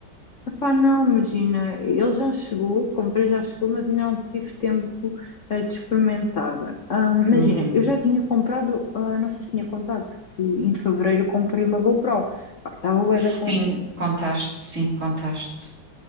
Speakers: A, on the left; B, on the right.
A: Epá, não, imagina, ele já chegou, comprei já chegou, mas ainda não tive tempo ah, de experimentar. Ah, imagina,
B: Uhum.
A: eu já tinha comprado, ah, não sei se tinha contado, que em fevereiro comprei uma GoPro. Pá, Estava bué da
B: Sim,
A: contente.
B: contaste, sim, contaste.